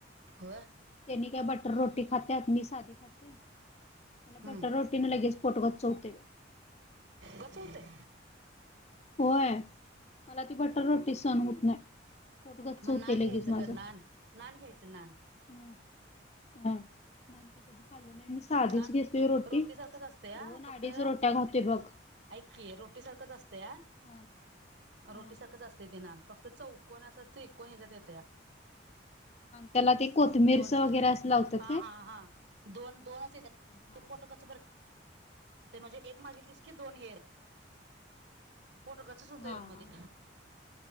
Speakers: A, on the right; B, on the left.
A: होय
B: त्यांनी काय बटर रोटी खात्यात मी साधी खाते मला
A: हम्म
B: बटर रोटी न लगेच पोट गच्च होतय
A: गच्च होतय
B: होय मला ती बटर रोटी सहन होत नाही पोट गच्च
A: मग
B: होतंय
A: नान
B: लगेच
A: घ्यायचं
B: माझं
A: ग नान नान घ्यायचं नान
B: हा हम कधी खाल्ल नाही मी साधीच
A: नान
B: घेतोय रोटी
A: सारखंच असतंय हा
B: दोन
A: फक्त
B: आडीच रोट्या घातोय बघ
A: ऐक की रोटी सारखंच असतया
B: हा हा
A: रोटी सारखंच असते ते नान फक्त चव कोण असत थिक कोण ह्याच्यात येत या
B: त्याला ते कोथबिरचं
A: दोन
B: वगैरे असं लावत्यात
A: हा हा हा दोन दोनच यांच्यात
B: हा.
A: पोट गच्च भर ते म्हणजे एक मागितलीस की दोन हेर पोट गच्चच होतंय
B: हा
A: येऊन
B: हा
A: म ते